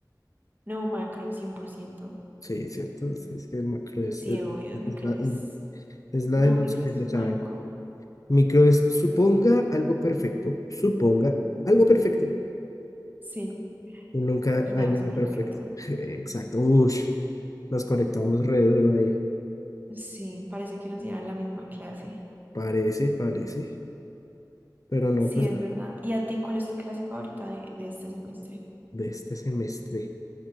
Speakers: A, on the right; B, on the left.
A: no macro cien por ciento,
B: Sí, cierto, sí, es que el macro es,
A: Sí,
B: eh,
A: obvio, micro
B: es, la,
A: es,
B: es es la
A: no,
B: de los
A: micro
B: que
A: es
B: le saben.
A: maluco.
B: Micro es suponga algo perfecto, suponga algo perfecto.
A: Sí,
B: Nunca
A: y
B: hay
A: nada,
B: nada
A: es perfecto.
B: perfecto. <laughs> Exacto, ush, nos conectamos re duro ahí.
A: Sí, parece que nos dieran la misma clase.
B: Parece, parece, pero no,
A: Sí,
B: pues
A: es verdad. ¿Y a ti cuál es tu clase favorita de, de este semestre?
B: de este semestre.